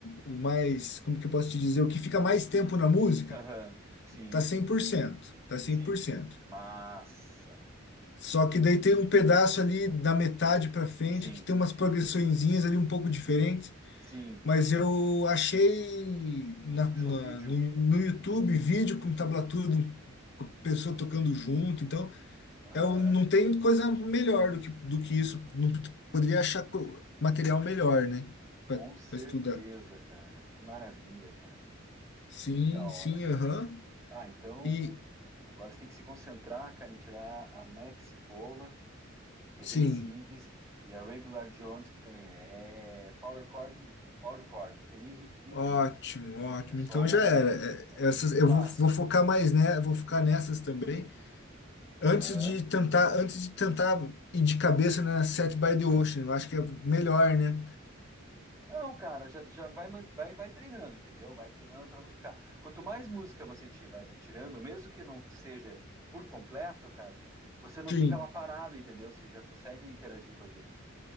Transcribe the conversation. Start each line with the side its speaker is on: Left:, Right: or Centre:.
Left: o mais. Como que eu posso te dizer? O que fica mais tempo na música,
Right: aham. Sim,
Left: tá 100%. Tá cem
Right: sim.
Left: por cento.
Right: Massa.
Left: Só que daí tem um pedaço ali da metade pra frente
Right: Sim,
Left: que tem umas progressõezinhas ali um pouco diferentes.
Right: sim.
Left: Mas eu achei na-
Right: Achou
Left: na-
Right: o vídeo?
Left: no, no YouTube vídeo com tablatura do- com a pessoa tocando junto, então
Right: Aham.
Left: eu não tem coisa melhor do que, do que isso. Não p- poderia achar co- material melhor, né? Para
Right: Com certeza,
Left: estudar.
Right: cara. Que maravilha, cara.
Left: Sim,
Right: Que da hora,
Left: sim,
Right: cara.
Left: aham.
Right: Ah, então
Left: E
Right: agora você tem que se concentrar, cara, em tirar a Mexicola que
Left: sim,
Right: é bem simples, e a Regular Jones, que também é é power chord, é power chord, não tem nem riff, nem
Left: ótimo,
Right: riff.
Left: ótimo.
Right: É só
Left: Então
Right: um.
Left: já era. É, Essas,
Right: É
Left: eu
Right: fácil.
Left: vou, vou focar mais, né? Vou focar nessas também.
Right: Aham.
Left: Antes de tentar, antes de tentar ir de cabeça na Set by the Ocean, eu acho que é melhor, né?
Right: Não, cara, já, já vai, man- vai, vai treinando, entendeu? Vai treinando para não ficar. Quanto mais música você ti- vai tirando, mesmo que não seja por completo, cara, você não
Left: Sim,
Right: fica lá parado, entendeu? Você já consegue interagir com a gente